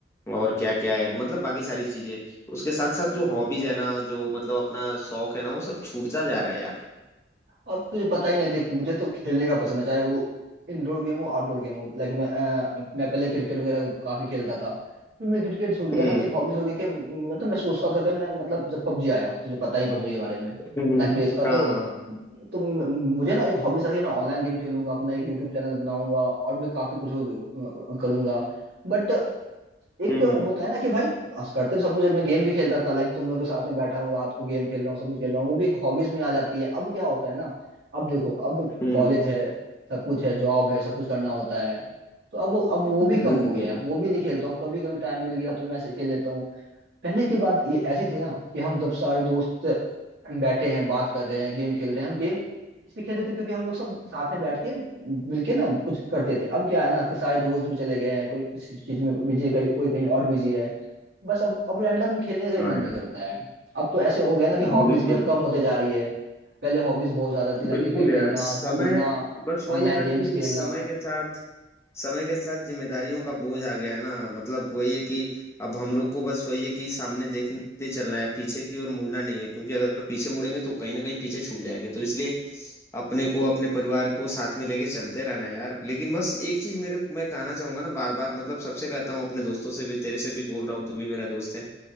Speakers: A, on the left (about 15°); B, on the right (about 80°).
A: और क्या क्या है मतलब बाकी सारी चीजें उसके साथ साथ जो हॉबीज है ना जो मतलब अपना शौक है ना वो सब छूटता जा रहा है यार
B: अब तुझे पता ही है देख मुझे तो खेलने का पसंद है चाहे वो इंडोर गेम हो आउटडोर गेम हो लाइक मैं अ, मैं पहले क्रिकेट वगैरह काफी खेलता था फिर मैं क्रिकेट छूट गया
A: हम्म
B: ना तो एक हॉबीज हो गई कि मतलब मैं सोचता था कि मैं मतलब जब पबजी आया तुझे पता ही है पबजी के बारे में
A: हम्म
B: इतना क्रेज था
A: हाँ
B: तो
A: हाँ हाँ
B: तो म- मुझे ना एक हॉबी था कि मैं ऑनलाइन गेम खेलूंगा अपना एक यूट्यूब चैनल बनाऊंगा और भी काफी कुछ हो, अ, करूंगा बट एक
A: हम्म
B: होता है ना कि भाई अस करते तो सब कुछ है, मैं गेम भी खेलता था लाइक तुम लोग के साथ में बैठा हूँ रात को गेम खेल रहा हूँ सब कुछ खेल रहा हूँ वो भी एक हॉबीज में आ जाती है अब क्या होता है ना अब देखो अब
A: हम्म
B: कॉलेज है सब कुछ है जॉब है सब कुछ करना होता है तो अब वो अब वो
A: बिल्कुल
B: भी कम हो गया है अब वो भी नहीं खेलता हूँ कभी कभी टाइम मिल गया तो मैं ऐसे खेल लेता हूँ पहले की बात ये ऐसी थी ना कि हम जब सारे दोस्त बैठे हैं बात कर रहे हैं गेम खेल रहे हैं हम गेम इसलिए खेलते थे क्योंकि हम लोग सब साथ में बैठ के मिलके ना कुछ करते थे अब क्या है ना कि सारे दोस्त भी चले गए हैं कोई कुछ चीज में बिजी है कोई कोई कहीं और बिजी है बस अब अब रैंडम खेलने का ही
A: हाँ
B: मन नहीं
A: यार
B: करता है अब तो ऐसे हो गया ना कि
A: बिल्कुल
B: हॉबीज भी अब कम होते जा रही है पहले हॉबीज बहुत ज्यादा थी लाइक
A: बिल्कुल
B: क्रिकेट
A: यार
B: खेलना
A: समय
B: घूमना
A: बस वही
B: ऑनलाइन
A: है ना
B: गेम्स
A: कि
B: खेलना
A: समय के साथ समय के साथ जिम्मेदारियों का बोझ आ गया ना मतलब वही है कि अब हम लोग को बस वही है कि सामने देखते चलना है पीछे की ओर मुड़ना नहीं है क्योंकि अगर पीछे मुड़ेंगे तो कहीं ना कहीं पीछे छूट जाएंगे तो इसलिए अपने को अपने परिवार को साथ में लेके चलते रहना यार लेकिन बस एक चीज मेरे मैं कहना चाहूंगा ना बार बार मतलब सबसे कहता हूँ अपने दोस्तों से भी तेरे से भी बोल रहा हूँ तू भी मेरा दोस्त है